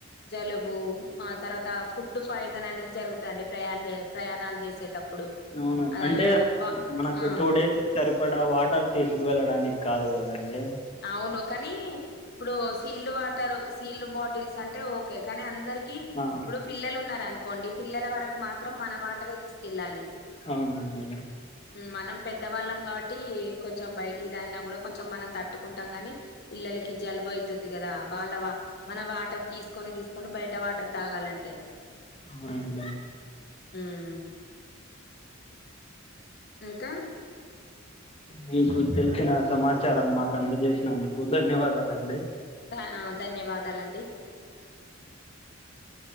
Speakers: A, on the left (about 50°); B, on the left (about 30°).
A: జలుబు ఆ తర్వాత ఫుడ్ పాయిజన్ అనేది జరుగుతుండి ప్రయాణ ప్రయాణాలు చేసేటప్పుడు
B: అవును
A: ఆ
B: అంటే
A: వా
B: మనకి
A: ఆ
B: టూ డేస్ ఇచ్చారు ఇక్కడ వాటర్ తీసుకువెెళ్ళడానికి కాదు కదాండి
A: అవును కానీ ఇప్పుడు సీల్డ్ వాటర్ సీల్డ్ బాటిల్స్ అంటే ఓకే కానీ అందరికి
B: ఆ
A: ఇప్పుడు పిల్లలు ఉన్నారురను కొండి పిల్లల వరకు మాత్రం మన వాటరయే తీసుకెళ్ళాలి
B: అవునండి
A: మనం పెద్దవాళ్ళం కాబట్టి కొంచెం బయటియి తగ్గినా కూడా కొంచెం మనం కుంటాం గాని పిల్లలకి జలుబు అతుంది కదా వాళ్ళ మనం వాటర్ తీసుకొని తీసుకొని బయట వాటర్ తాగాలంటే
B: అవునండి
A: ఉమ్ ఇంకా
B: మీకు తెలిసిన సమాచారం మాకు అందజేసినందుకు ధన్యవాదాలండి
A: ధ- ఆ, ధన్యవాదాలండి